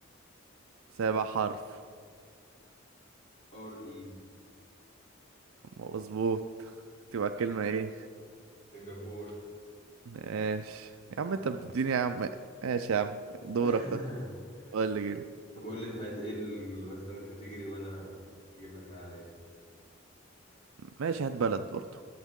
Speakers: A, on the right; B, on the left.
A: سابع حرف
B: ار اي
A: مظبوط تبقى كلمة ايه
B: سنغافور
A: ماشي يا عم انت بتديني
B: أيوة.
A: يا عم ماشي يا عم دورك
B: <laughs>
A: طيب قول لي جيل
B: طب قول لي انت عايز ايه ال- مثلا الكاتيجوري وانا اجيب لك حاجه عليها
A: ماشي هات بلد برضو